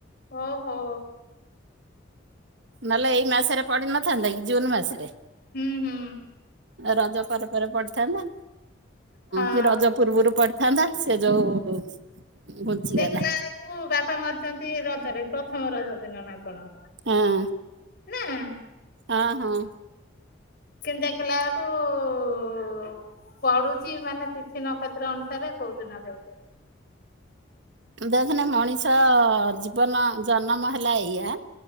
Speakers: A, on the left (about 50°); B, on the right (about 65°).
A: ଓ ହୋ।
B: ନହେଲେ ଏଇ ମାସରେ ପଡି ନଥାନ୍ତା କି ଜୁନ୍ ମାସରେ।
A: ହୁଁ ହୁଁ।
B: ରଜ ପରେ ପରେ ପଡିଥାନ୍ତା
A: ହଁ।
B: କି ରଜ ପୂର୍ବରୁ ପଡି ଥାନ୍ତା ସେ ଯୋଉ ଘୁଞ୍ଚିଗଲା
A: ଦେଖିଲାକୁ ବେଳକୁ ବାପା ମରିଚନ୍ତି ରଜରେ ପ୍ରଥମ ରଜ ଦିନ ନା କଣ।
B: ହଁ।
A: ନା
B: ହଁ ହଁ।
A: କିନ୍ତୁ ଦେଖିଲାବେଳକୁ ପଡୁଚି ମାନେ ତି ଥି ନକ୍ଷେତ୍ର ଅନୁସାରେ କୋଉ ଦିନ ଦେଖେ।
B: ଦେଖନି ମଣିଷ ଜୀବନ ଜନ୍ମ ହେଲା ଏଇଆ